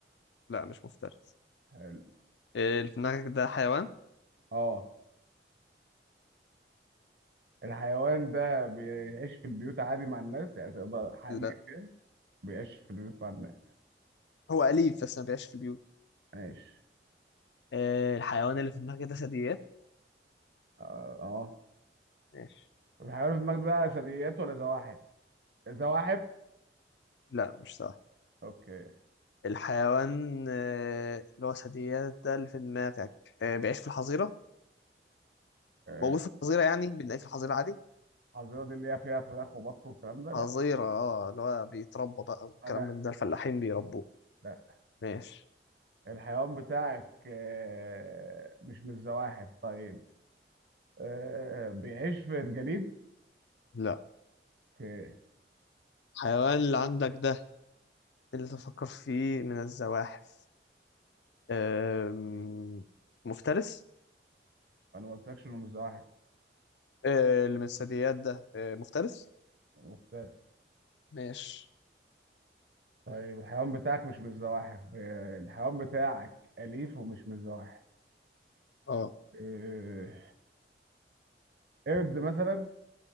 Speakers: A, on the left; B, on the right.
A: لا مش مفترس
B: حلو
A: آه، اللي في دماغك ده حيوان
B: اه الحيوان ده بيعيش في البيوت عادي مع الناس يعني تقدر حقلي
A: لا
B: بيعيش في البيوت مع الناس
A: هو أليف بس ما بيعيش في البيوت
B: ماشي
A: آه، الحيوان اللي في دماغك ده ثدييات
B: اه آه.
A: ماشي
B: الحيوان في المجد ده ثدييات ولا زواحف؟ زواحف؟
A: لا مش صح
B: اوكي
A: الحيوان آه، اللي هو ثدييات ده اللي في دماغك آه، بيعيش في الحظيرة
B: آه،
A: موجود في الحظيرة يعني بنلاقيه في الحظيرة عادي
B: الحظيرة دي اللي هي فيها فراخ وبط والكلام ده؟
A: حظيرة
B: لا
A: اه اللي هو بيتربى بقى والكلام
B: آه، لا
A: من ده الفلاحين بيربوه
B: لا
A: ماشي
B: الحيوان بتاعك آه، مش من الزواحف طيب آه، بيعيش في الجليد؟
A: لا
B: اوكي
A: الحيوان اللي عندك ده اللي تفكر فيه من الزواحف آم، مفترس
B: انا ما قلتلكش انه مش زواحف
A: آه، اللي من الثدييات ده آه، مفترس
B: مختلف
A: ماشي
B: طيب الحيوان بتاعك مش من الزواحف آه، الحيوان بتاعك أليف ومش من الزواحف
A: اه
B: آه، قرد مثلا؟